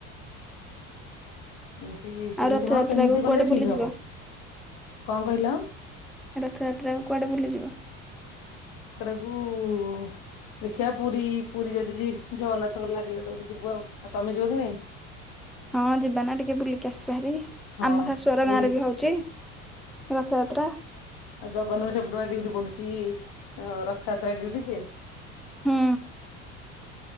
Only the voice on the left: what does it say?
ଏମିତି ସେମିତି
ହଁ ସେମିତି
ଗଲେ ଠିକ
ହବ। କଣ କହିଲ ଆଉ?
ଓୁ ଦେଖିଆ ପୁରୀ ପୁରୀ ଯଦି ଜିବି ଜଗନ୍ନାଥଙ୍କର ଲାଗିଲା ଡରି ଯିବୁ ଆଉ। ଆଉ ତମେ ଯିବ କି ନାଇଁ?
ହଁ
ପୁରୀ।
ଆ ଜଗନ୍ନର ସେପଟ ପା ଡ୍ୟୁଟି ପଡୁଛି ରଥଯାତ୍ରା ଡ୍ୟୁଟି ଯେ